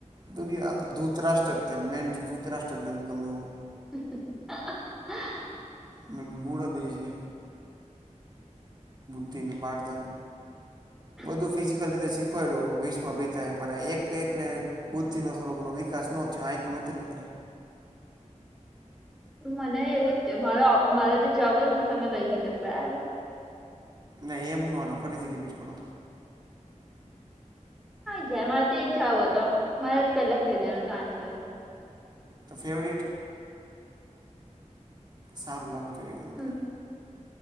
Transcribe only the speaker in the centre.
<unintelligible>
હ <unintelligible>
મને એવું જ તે, મારો મારો જે જવાબ હતો ને તો તમે લઈ લીધો બરાબર?
જ્યારે મારે તો એ જ જવાબ હતો મારે પેલા જ કહી દેવાનો હતો આન્સર.
હમ